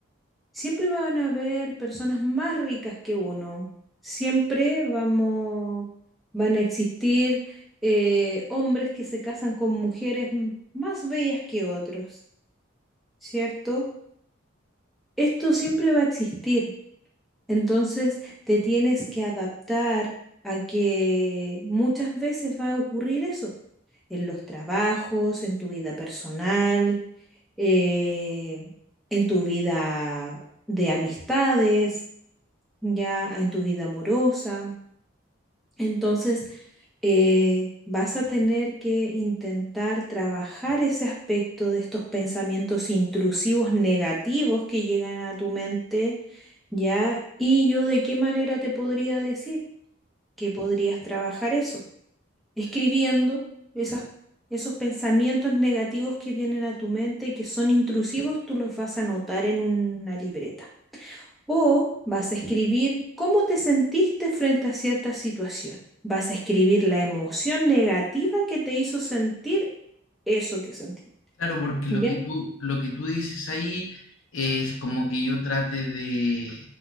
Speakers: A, in the centre; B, on the left.
A: Siempre van a haber personas más ricas que uno. Siempre vamos, van a existir eh, hombres que se casan con mujeres m- más bellas que otros, ¿cierto? Esto siempre va a existir. Entonces te tienes que adaptar a que muchas veces va a ocurrir eso, en los trabajos, en tu vida personal, eh, en tu vida de amistades. ya en tu vida amorosa. Entonces, eh, vas a tener que intentar trabajar ese aspecto de estos pensamientos intrusivos negativos que llegan a tu mente, ya. ¿Y yo de qué manera te podría decir que podrías trabajar eso? Escribiendo esas, esos pensamientos negativos que vienen a tu mente y que son intrusivos, tú los vas a anotar en una libreta. O vas a escribir cómo te sentiste frente a cierta situación. Vas a escribir la emoción negativa que te hizo sentir eso que sentiste.
B: Claro, porque
A: ¿Ya?
B: lo que tú, lo que tú dices ahí es como que yo trate de,